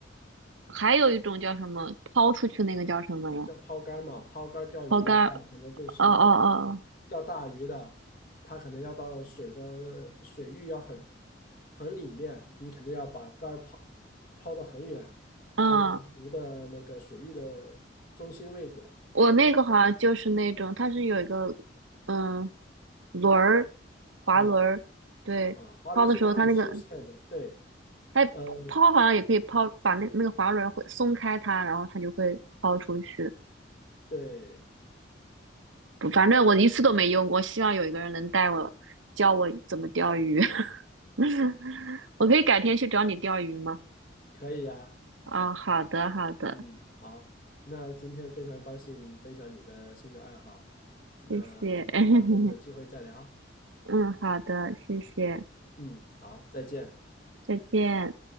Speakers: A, on the right; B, on the left.
A: 还有一种叫什么抛出去那个叫什么呀？
B: 啊叫抛竿儿嘛，抛竿儿钓鱼的话，
A: 抛竿？
B: 可能就是
A: 哦哦
B: 钓大鱼的，它可能要到水的水域要很很里面，你肯定要把竿儿抛抛得很远，
A: 哦，
B: 才能到湖的那个水域的中心位置
A: 嗯，我那个好像就是那种，它是有一个嗯轮儿，滑轮儿，
B: 啊
A: 对，
B: 啊，华人是帮你收线的，
A: 抛的时候它那个
B: 对，
A: 哎抛好像也可以抛，
B: 呃，
A: 把那那个滑轮儿会松开它，然后它就会抛出去。
B: 对，
A: 反正我一次都没用过，希望有一个人能带我，教我怎么钓鱼。<laughs> 我可以改天去找你钓鱼吗？
B: 可以呀，
A: 啊、好的，好的，
B: 嗯，好，那今天非常高兴分享你的兴趣爱好，那那咱们有机会再聊，
A: 谢谢。<laughs> 嗯，好的，谢谢，
B: 嗯，好，再见。
A: 再见。